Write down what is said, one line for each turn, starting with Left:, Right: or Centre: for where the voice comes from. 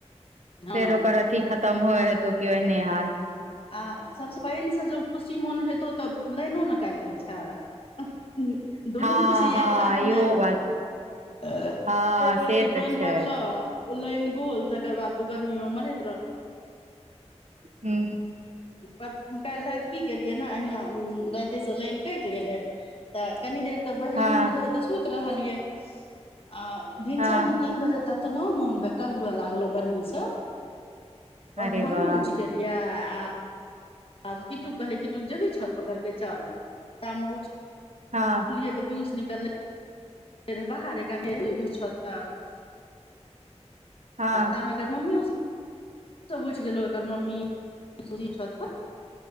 Left: हँ
Right: फेर ओकर थी खतम होइ हेतौ की ओहने हाल
Left: आ सभसँ पानिसँ जँ खुशी मोन हेतौ तऽ लाइनो ने काटि लैत छै दुनू
Right: हँ
Left: खुशी
Right: हँ
Left: एक साथ
Right: इहो
Left: नहि देतौ
Right: बात
Left: ए
Right: हँ
Left: एक रती
Right: से तऽ
Left: पानि
Right: छै
Left: पड़लौ लाइन गोल तकर बाद तू गर्मी में मरैत रह
Right: हू
Left: पर काल्हि राति की केलियै ने अहिना रातिसँ लाइन कटि गेलै तऽ कनी देर तऽ पहिल
Right: हँ
Left: नींद रहै तऽ सुति रहलियै आ भिनसरमे
Right: हँ
Left: तीन बजे तत नो मोन बेकल हुए लागलो गर्मी से
Right: अरे
Left: अब हमहुं
Right: वाह
Left: उठ गेल बिआ आ आब किट्टु कहै की तु जेबी छत पकैड़ के चल तामे उठ
Right: हँ
Left: ए त पीयूष निकल्लै फेर रे बाहरे का के रहे भ छ तऽ पर <inaudible>
Right: हँ
Left: तामे एकर मम्मी सब उइठ गेलहय एकर मम्मी सीरही छतपर